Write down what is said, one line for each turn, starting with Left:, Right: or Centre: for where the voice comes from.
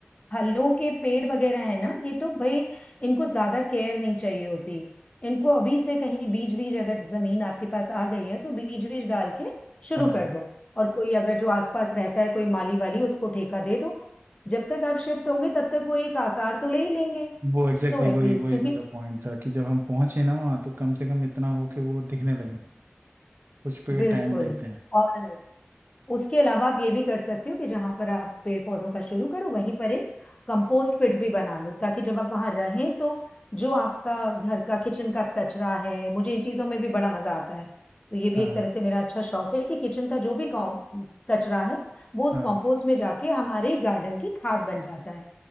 Left: फलों के पेड़ वगैरह है ना ये तो भाई इनको ज्यादा केयर नहीं चाहिए होती इनको अभी से कहीं बीज बीज अगर जमीन आपके पास आ गई है तो बीज बीज डाल के शुरू
Right: हाँ
Left: कर दो और कोई अगर जो आसपास रहता है कोई माली वाली उसको ठेका दे दो जब तक आप शिफ्ट होंगे तब तक वो एक आकार तो ले ही लेंगे
Right: वो एग्जैक्टली
Left: तो एटलीस्ट
Right: exactly वही वही
Left: क्योंकि
Right: मेरा पॉइंट था कि जब हम पहुंचे ना वहाँ तो कम से कम इतना हो कि वो दिखने लगे कुछ पेड़
Left: बिल्कुल
Right: टाइम लेते हैं
Left: और उसके अलावा आप ये भी कर सकते हो कि जहां पर आप पेड़ पौधों का शुरू करो वहीं पर एक कंपोस्ट पिट भी बना लो ताकि जब आप वहां रहें तो जो आपका घर का किचन का कचरा है मुझे इन चीजों में भी बड़ा मजा आता है तो ये भी
Right: हाँ
Left: एक तरह से मेरा अच्छा शौक है कि किचन का जो भी कॉम- कचरा है वो उस
Right: हाँ
Left: कंपोस्ट में जाके हमारे गार्डन की खाद बन जाता है